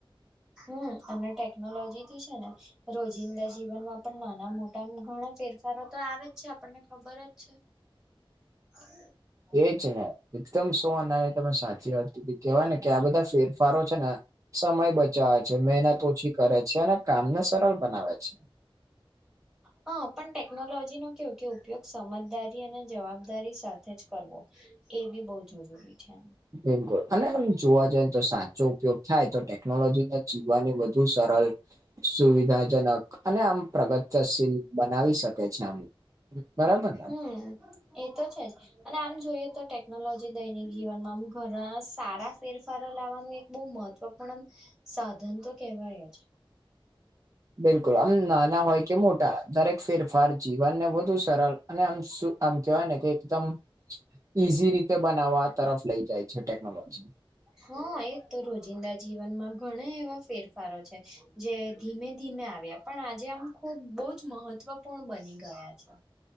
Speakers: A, in the centre; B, on the right.
A: હમ્મ, અને ટેકનોલોજી થી છે ને રોજિંદા જીવનમાં પણ નાના મોટા આમ ઘણા ફેરફારો તો આવે જ છે આપણને ખબર જ છે. <inaudible>
B: એજ ને એકદમ સોઆના ની તમે સાચી વાત કીધી, કેવાય ને કે આ બધા ફેરફારો છે ને સમય બચાવે છે, મહેનત ઓછી કરે છે, અને કામને સરળ બનાવે છે.
A: હા, પણ ટેકનોલોજી નું કેવું કે ઉપયોગ સમજદારી અને જવાબ દારી સાથે જ કરવો, એ બી બહું જરૂરી છે.
B: બિલકુલ અને આમ જોવા જાય તો સાચો ઉપયોગ થાય તો ટેકનોલોજીમા જીવવાની વધુ સરળ સુવિધાજનક અને આમ પ્રગત્યશીલ બનાવી શકે છે આમ બરાબર ને
A: હમ્મ, એતો છે જ અને આમ જોઈએ તો ટેકનોલોજી દૈનિક જીવનમાં આમ ઘણા સારા ફેરફારો લાવવાનું એક બહુ મહત્વપૂર્ણ આમ સાધન તો કેહેવાય જ
B: બિલકુલ આમ નાના હોય કે મોટા દરેક ફેરફાર જીવનને વધુ સરળ અને આમ સુું આમ કેવાય ને કે એકદમ, ઈઝી રીતે બનાવવા તરફ લઇ જાય છે ટેકનોલોજી
A: હા એ તો રોજિંદા જીવનમાં ઘણા એવા ફેરફારો છે, જે ધીમે ધીમે આવ્યા પણ આજે આમ ખુબ બહુ જ મહત્વપૂર્ણ બની ગયા છે.